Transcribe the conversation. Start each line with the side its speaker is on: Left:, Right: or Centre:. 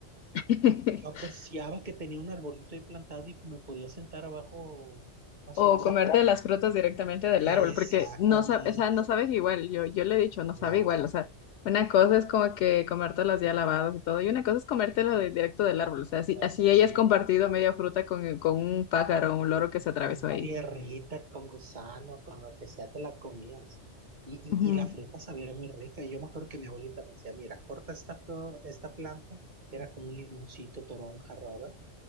Left: <laughs>
Right: yo apreciaba que tenía un arbolito ahí plantado y me podía sentar abajo una sombra.
Left: O comerte las frutas directamente del
Right: Exactamente.
Left: árbol, porque no sabe, o sea, no saben igual. Yo, yo le he dicho, no sabe
Right: No,
Left: igual. O sea, una cosa es como que comértelas ya lavadas y todo, y una cosa es comértelas de, directo del árbol. O sea, así, así
Right: así.
Left: hayas compartido media fruta con, con un pájaro o un loro que se atravesó
Right: Con
Left: ahí.
Right: tierrita, con gusano, con lo que sea, te la comías. Y, y,
Left: Ujú.
Right: y la fruta sabía muy rica. Y yo me acuerdo que mi abuelita me decía, mira, corta esta, flo- esta planta. Era como un limoncito, toronja rara.